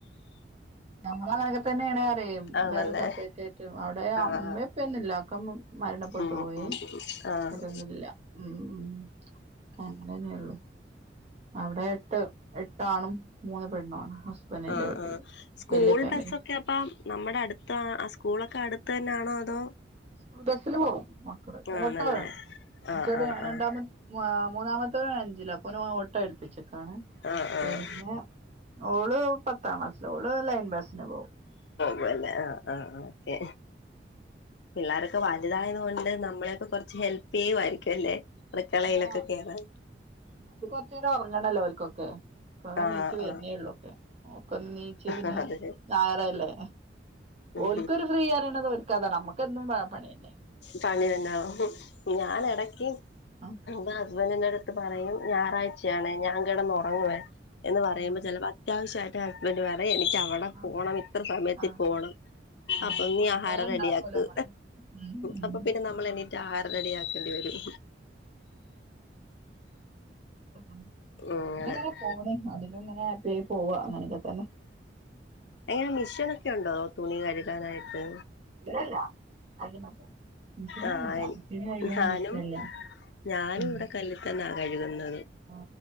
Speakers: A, on the right; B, on the left.
A: നമ്മളും അങ്ങനൊക്കെ തന്നെയാണ് ആടെയും
B: ആണല്ലേ
A: വേറെ സപ്പറേറ്റ് ആയിട്ടും അവിടെ
B: ആഹ്
A: അമ്മേം ഉപ്പേം എല്ലാന്നക്ക മരണപ്പെട്ടു
B: ഉം
A: പോയി
B: ഉം ഉം ആഹ്
A: ഇവരൊന്നില്ല ഉം അങ്ങനെള്ളു അവിടെ എട്ട് എ ഒരാണും മൂന്ന് പെണ്ണു ആണ് ഹസ്ബൻഡിന്റെ
B: ആഹ്
A: വീട്ടില്
B: ആഹ് സ്കൂൾ
A: വല്യ ഫാമിലി
B: ബസ്സൊ ക്കെ അപ്പ നമ്മുടെ അടുത്ത ആ സ്കൂളൊക്കെ അടുത്ത് തന്നാണോ അതോ
A: സ്കൂൾ ബസ്സില് പോവും മക്കള് ഓട്ടോ
B: ആണല്ലേ
A: വേണം
B: ആഹ്
A: ചെറിയ
B: ആഹ്
A: രണ്ടാമ
B: ആഹ്
A: വാ മൂന്നാമത്തവൻ അഞ്ചില് അപ്പൊ ഓനെ ഓട്ടയെടുപ്പിച്ചെക്കാണ്
B: ആഹ്
A: പിന്നെ
B: ആഹ്
A: ഓള് പത്താം ക്ലാസില് ഓള് ലൈൻ ബസ്സിന് പോവും
B: പിന്നെ ആഹ് ആഹ് ഓക്കെ പിള്ളാരൊക്കെ വലുതായത് കൊണ്ട് നമ്മളെയൊക്കെ കുറച്ച് ഹെൽപ്പ് ചെയ്യു ആയിരിക്കും അല്ലേ അടുക്കളയിലൊക്കെ
A: ആഹ്
B: കേറാൻ
A: അത് കൊറച്ചു നേരം ഒറങ്ങണല്ലോ ഓൽക്കൊക്കെ കൊറേ
B: ആഹ്
A: എണീച്ചു വരുന്നേ
B: ആഹ്
A: ഉള്ളൂ ഒക്കെ മോക്കൊന്നീച്ചു പിന്നെ
B: ആഹ് അത്
A: ഞായറല്ലേ
B: ഉം
A: ഓൽക്കൊരു ഫ്രീ അറിയണത് ഓര്ക്കതാണ് നമുക്ക് എന്നും പ പണിയന്നേ
B: പണി തന്നോ ഞാൻ ഇ എടക്ക്
A: ആഹ്
B: പിന്ന ഹസ്ബന്റിന്റെ അടുത്ത് പറയും ഞായറാഴ്ചയാണേ ഞാൻ കിടന്ന് ഒറങ്ങുവേ എന്ന് പറയുമ്പോ
A: ആഹ്
B: ചിലപ്പോ അത്യാവശ്യമായിട്ട് ഹസ്ബന്റ് പറയും എനിക്ക് അവിടെ
A: ആ
B: പോണം ഇത്ര സമയത്തി
A: ആ
B: പോണം
A: ആ
B: അപ്പൊ നീ ആഹാരം
A: വേഗം ഉണ്ടാക്കുമല്ലോ
B: റെഡിയാക്ക്
A: നമ്മള് ഉം ഉം.
B: അപ്പൊ പിന്നെ നമ്മൾ എണീട്ട് ആഹാര റെഡിയാക്കേണ്ടി വരും
A: പിന്നെങ്ങന
B: ഉം അങ്ങനെ
A: പോണ് അതിലും ഇങ്ങനെ അപ്പെ പോവാ അങ്ങനൊക്കെ തന്നെ
B: എങ്ങനെ മിഷിനൊക്കെ ഉണ്ടോ തുണി കഴുകാനായിട്ട്
A: <unintelligible> മിഷിനൊന്നല്ല
B: ആഹ്
A: <unintelligible>
B: ഞാനും
A: ഇഷ്ടല്ല
B: ഞാനും
A: ഉം
B: ഇവിടെ കല്ലിൽ തന്നാ കഴുകുന്നത്
A: ആ